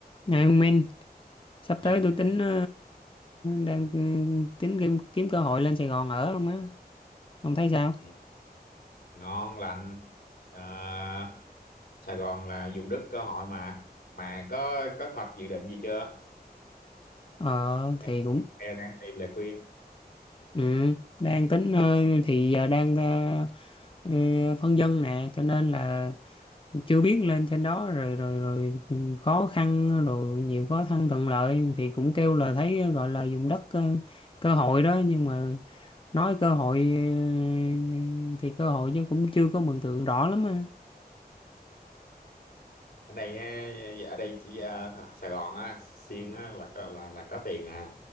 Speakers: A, on the left; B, on the left.
A: Này ông Minh, sắp
B: nghe
A: tới tôi tính
B: hẳn.
A: ờ, đang tính kiếm, kiếm cơ hội lên Sài Gòn ở không á. Ông thấy sao?
B: Ừ, ngon lành à, Sài Gòn là vùng đất cơ hội mà mà có có hoạch dự định gì chưa
A: Ờ
B: hay
A: thì cũng
B: hay đang tìm lời khuyên
A: ừ, đang tính ờ, thì giờ đang ờ, ờ, phân vân nè, cho nên là chưa biết lên trên đó rồi rồi rồi khó khăn rồi nhiều khó khăn thuận lợi thì cũng kêu là thấy gọi là dùng đất ờ, cơ hội đó nhưng mà nói cơ hội ờ, thì cơ hội chứ cũng chưa có mường tượng rõ lắm á.
B: ở đây nghe- ở đây chỉ à, Sài Gòn á Xiên á là có là là có tiền à